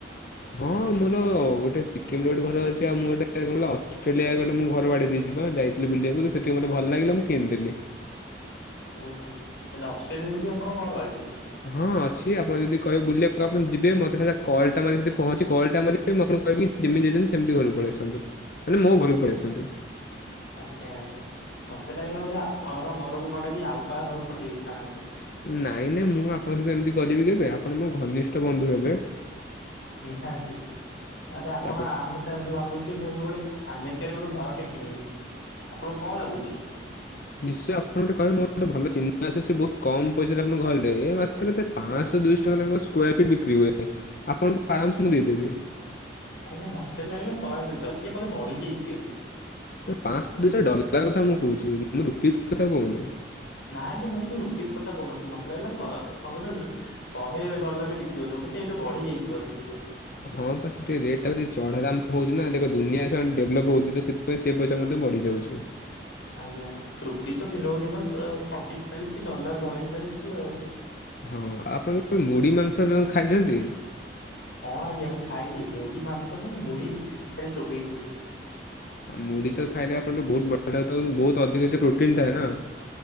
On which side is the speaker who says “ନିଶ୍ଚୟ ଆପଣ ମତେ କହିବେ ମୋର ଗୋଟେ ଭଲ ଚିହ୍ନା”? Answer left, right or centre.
Left